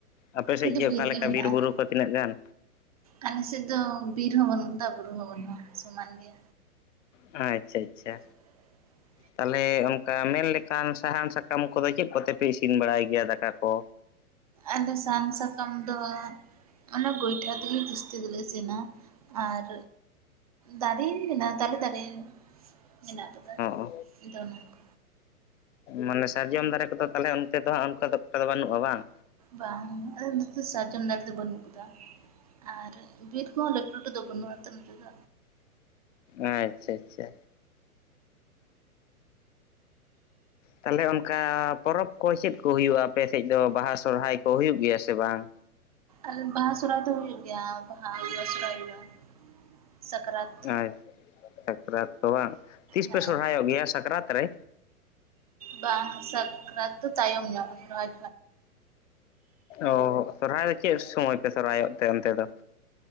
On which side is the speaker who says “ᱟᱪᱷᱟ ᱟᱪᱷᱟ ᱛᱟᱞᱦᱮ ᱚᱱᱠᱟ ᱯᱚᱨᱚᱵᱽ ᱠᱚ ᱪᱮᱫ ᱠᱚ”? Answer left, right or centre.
Left